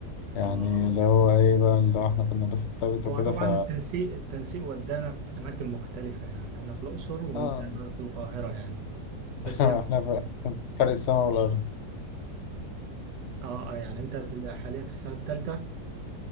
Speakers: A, on the left; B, on the right.
A: يعني
B: اه
A: اللي
B: اه
A: هو إيه بقى اللي هو إحنا كنا دفعة التابلت
B: هو
A: وكده
B: طبعا
A: ف
B: التنسيق التنسيق ودانا في اماكن مختلفه يعني انا في الاقصر وانت
A: آه
B: في القاهره يعني
A: <laughs>
B: بس
A: إحنا
B: يعني
A: ف- فرق السما والأرض
B: اه آه، يعني انت في حاليا في السنه الثالثه